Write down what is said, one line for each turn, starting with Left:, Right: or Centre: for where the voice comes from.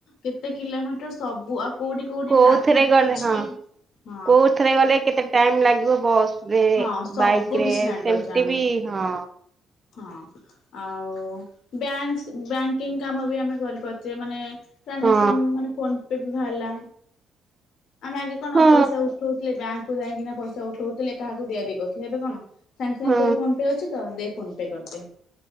Left: କେତେ କିଲୋମିଟର ସବୁ। ଆଉ କୋଉଠି କୋଉଠି
Right: କୋଉଥିରେ
Left: ଟ୍ରାଫିକ
Right: ଗଲେ
Left: ବି ଅଛି
Right: ହଁ
Left: ହଁ
Right: କୋଉଥିରେ ଗଲେ କେତେ ଟାଇମ ଲାଗିବ। ବସ ରେ
Left: ହଁ ସବୁ
Right: ବାଇକ ରେ
Left: କିଛି ଜାଣିପାରୁଛେ
Right: ସେମତି
Left: ଆମେ
Right: ବି ହଁ।
Left: ହଁ ଆଉ ବ୍ୟାଙ୍କସ୍ ବ୍ୟାଙ୍କିଙ୍ଗ କାମ ବି ଆମେ କରିପାରୁଛେ। ମାନେ ଟ୍ରାଞ୍ଜାକ୍ସନ
Right: ହଁ
Left: ମାନେ ଫୋନ ପେ ଭଲ। ଆମେ ଆଗେ କଣ
Right: ହଁ
Left: ପଇସା ଉଠଉଥିଲେ ବ୍ୟାଙ୍କ କୁ ଯାଇକିଣା ପଇସା ଉଠାଉଉଥିଲେ। କାହାକୁ ଦିଆଦୁଇ କରୁଥିଲେ। ଏବେ କଣ? ସାଙ୍ଗେ ସାଙ୍ଗେ
Right: ହଁ
Left: ତୋର ଫୋନ୍ ପେ ଅଛି ତ ଦେ। ଫୋନ ପେ କରିଦେ।